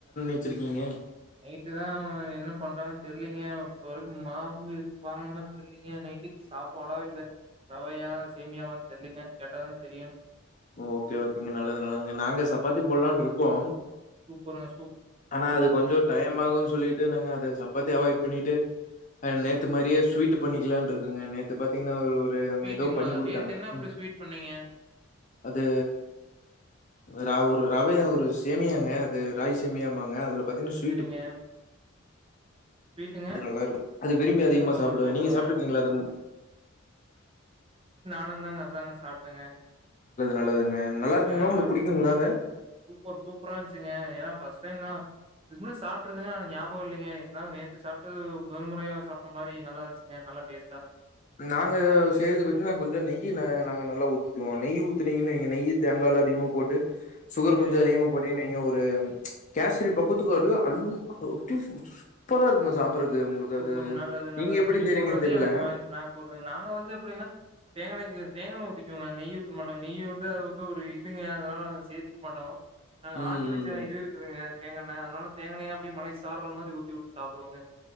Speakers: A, on the left; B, on the right.
A: வச்சிருக்கீங்க
B: நைட்டு தா என்ன பண்றாங்கு தெர்லீங்க இப்ப வரைக்கும் மாவு எது வாங்கின மாரி தெர்லீங்க நைட்டுக்கு சாப்பாடா இல்ல ரவையா சேமியாவான்னு தெர்லீங்க கேட்டாதாங்க தெரியு
A: ஓகே ஓகேங்க நல்லது நல்லங்க நாங்க சப்பாத்தி போடலாம்னு இருக்கோம்
B: சூப்பரா சூ
A: ஆனா அது கொஞ்சோ டைம் ஆகுன் சொல்லிட்டு நாங்க அத சப்பாத்தி அவாய்ட் பண்ணிட்டு அ நேத்து மாரியே ஸ்வீட்டு பண்ணிக்கலா இருக்குங்க நேத்து பாத்திங்னா ஒரு வே
B: ஸ்வீட்டுங்களா
A: ம ஏதோ பண்ணி குடுத்தாங்க
B: நேத்து என்ன அப்டி
A: ம்
B: ஸ்வீட் பண்ணீங்க
A: அது ராகு ரவை ஒரு சேமியாங்க அது ராய் சேமியாம்பாங்க அதுல பாத்திங்னா ஸ்வீட்டு
B: சேரிங்க ஸ்வீட்டுங்க
A: அது நல்லாருக்கு அது விரும்பி அதிகமா
B: சூப்பருங்க
A: சாப்டுவே.
B: சூப்பருங்க
A: நீங்க சாப்ட்ருக்கிங்ளா அத
B: னுந்தாங்க அதாங்க சாப்ட்டங்க
A: நல்லதுங்க நல்லா இருக்குங்களா
B: என்
A: உங்களுக்கு
B: நல்
A: புடிக்குங்களா அது
B: சூப்பர் சூப்பரா இருந்ச்சுங்க ஏனா ஃபஸ் டைம் நா இதுக்கு முன்ன சாப்ட்ருந்தனா எனக்கு ஞாபக இல்லைங்க இருந்தாலு நேத்து சாப்ட்டது முதல் முறையா சாப்ட்ட மாரி நல்லா இருந்ச்சுங்க நல்லா டேஸ்ட்டா
A: நாங்க செய்றது பாத்தின்னா கொஞ்சம் நெய் நா-நாங்க நல்லா ஊத்துவோம். நெய் ஊத்துனீங்கனு வைங்க, நெய் தேங்கா எல்லா அதிகமா போட்டு சுகர்
B: சேரிங்க
A: கொஞ்சொ அதிகமா போட்டீங்க நெய்ய ஊத் கேசரி பக்குவத்துக்கு அப்டியே அல்லும். அப்டியே சூப்பரா இருக்குங்க சாப்ட எப்டிருக் உங்களுக்கு
B: சூப்பர்
A: அது?
B: நல்லது
A: நீங்க
B: நல்லது
A: எப்டி செய்றீங்கனு
B: சொல்றதே
A: தெரில.
B: எனக்கு வாய் நாக்கு ஊறுதுங்க. நாங்க வந்து எப்டின்னா தேங்கா எண்ணெயும் சேத்து தேங்கா எண்ணெய் ஊத்திக்கோங்க. நெய் ஊத்த மாட்டாங்க. நெய் வந்து அது வந்து ஒரு இதுங்க. அதனால அத சேத்திக்க மாட்டோம் நாங்க
A: ம்
B: ஆட்டி வச்ச
A: ம்
B: இது இருக்குதுங்க. தேங்கா எண்ணெ. அதனால தேங்கெண்ணெய அப்டியே மலை சாரல் மாரி ஊத்தி விட்டு சாப்டுவோங்க.